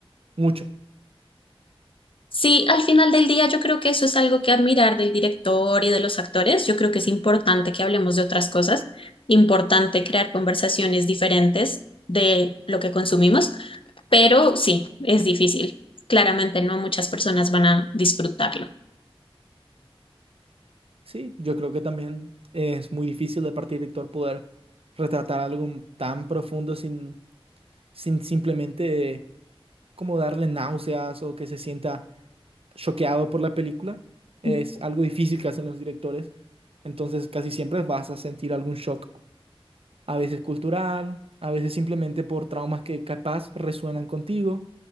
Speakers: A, on the right (about 70°); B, on the left (about 60°).
A: mucho.
B: Sí, al final del día yo creo que eso es algo que admirar del director y de los actores. Yo creo que es importante que hablemos de otras cosas, importante crear conversaciones diferentes de lo que consumimos, pero sí, es difícil. Claramente no muchas personas van a disfrutarlo.
A: Sí, yo creo que también es muy difícil de parte del lector poder retratar algo tan profundo sin, sin simplemente como darle náuseas o que se sienta choqueado por la película. Es
B: Mm,
A: algo difícil que hacen los directores. Entonces casi siempre vas a sentir algún shock, a veces cultural, a veces simplemente por traumas que capaz resuenan contigo